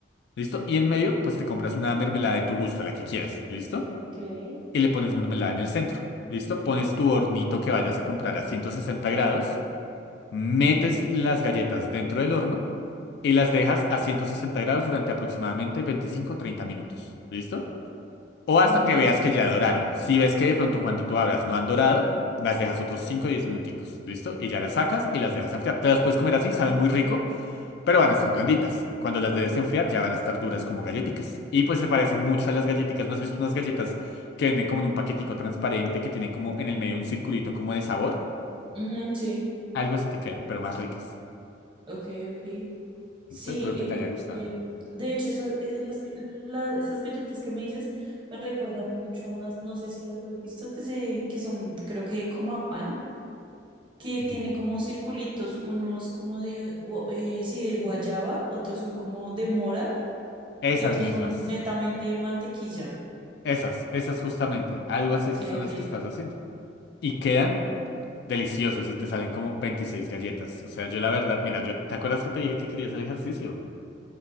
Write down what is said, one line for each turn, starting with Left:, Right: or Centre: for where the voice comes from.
Left: ¿Listo? Y en medio, pues te compras una mermelada de tu gusto, la que quieras. ¿Listo?
Right: ok.
Left: Y le pones mermelada en el centro. ¿Listo? Pones tu hornito que vayas a comprar a 160 grados, metes las galletas dentro del horno y las dejas a 160 grados durante aproximadamente 25-30 minutos. ¿Listo? O hasta
Right: Ujú,
Left: que veas que ya doraron. Si ves que de pronto cuando tú abras no han dorado, las dejas otros 5 o 10 minuticos, ¿listo? Y ya las sacas y las dejas enfriar. Te las puedes comer así, saben muy rico, pero van a estar blanditas. Cuando las debes enfriar ya van a estar duras como galletitas. Y pues se parecen mucho a las galletitas. ¿No has visto unas galletas que venden como en un paquetico transparente que tienen como en el medio un circulito como de sabor?
Right: ujú, sí.
Left: Algo así te quedan, pero más ricas.
Right: Ok, ok. Sí,
Left: ¿Listo? Espero
Right: eh,
Left: que te haya gustado.
Right: em, de hecho, esas, esas, las que- la- esas galletas que me dices me recuerdan mucho a unas, no sé si las has visto, que se, que son, creo que como a pan. que
Left: Uy.
Right: tienen como circulitos, unos como de, gua- eh, sí, de guayaba, otros son como de mora
Left: Esas
Right: y otros
Left: mismas.
Right: son netamente de mantequilla.
Left: Esas, esas justamente. Algo así,
Right: Ok,
Left: esas son
Right: ok.
Left: las que estás haciendo. Y quedan Deliciosos y te salen como 26 galletas. O sea, yo la verdad, mira, yo, ¿te acuerdas que te dije que quería hacer ejercicio?